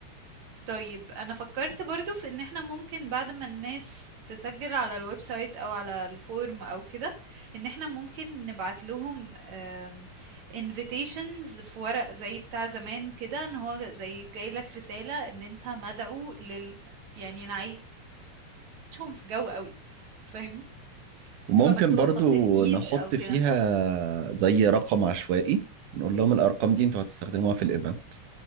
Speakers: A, on the right; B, on the right.
A: طيب انا فكرت برضو في ان احنا ممكن بعد ما الناس تسجل على الويب سايت او على الفورم او كده ان احنا ممكن نبعت لهم آم، invitations في ورق زي بتاع زمان كده ان هو زي جاي لك رسالة ان انت مدعو لل يعني نعيشهم في جو قوي فاهمني
B: وممكن
A: تبقى مكتوبة
B: برضو
A: بخط الايد
B: نحط
A: او كده
B: فيها زي رقم عشوائي نقول لهم الارقام دي انتوا هتستخدموها في الايفنت